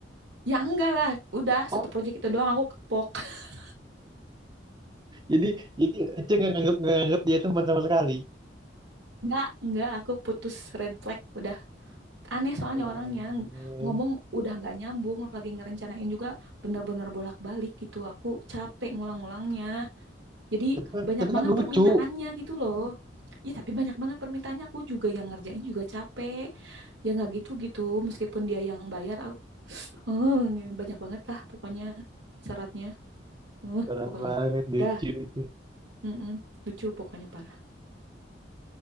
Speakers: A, on the right (about 80°); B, on the right (about 25°).
A: Ya enggak lah, udah satu
B: oh
A: project itu doang aku kepok. <laughs>
B: jadi jadi Ece nggak nganggep nggak nganggep dia teman sama sekali
A: Enggak, enggak, aku putus red flag udah. Aneh
B: Parah
A: soalnya orangnya
B: banget.
A: ngomong udah nggak nyambung, lagi ngerencanain juga bener-bener bolak-balik gitu. Aku capek ngulang-ngulangnya. Jadi
B: tapi kan
A: banyak
B: tapi
A: banget
B: kan lucu
A: permintaannya gitu loh. Iya tapi banyak banget permintaannya aku juga yang ngerjain juga capek. Ya nggak gitu-gitu meskipun dia yang bayar aku "Eh, ini banyak banget lah pokoknya syaratnya. Eh,
B: parah
A: pokoknya.
B: banget lucu
A: Dah,
B: itu
A: mm-mm, lucu pokoknya parah.